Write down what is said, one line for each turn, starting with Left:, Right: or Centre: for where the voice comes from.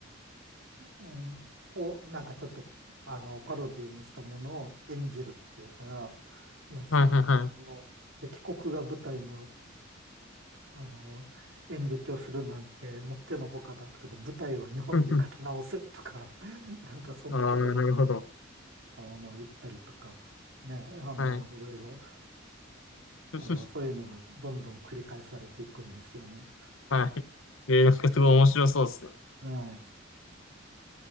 Right: 演を、なんかちょっと、あの、パロディにしたものを演じるっていうから、いや、その、
Left: はいはいはい。
Right: あの、敵国が舞台のあの、演劇をするなんてもってのほかだとかで、舞台を日本で書き直せとか、
Left: <laughs>
Right: <laughs> なんかそんなことを
Left: ああ、なるほど。
Right: あの言ったりとか、ね、あの、
Left: はい。
Right: いろいろ、
Left: <laughs>
Right: あの、そういうのがどんどん繰り返されていくんですよね。
Left: はい。えー、なんかすごい面白そうですね。
Right: え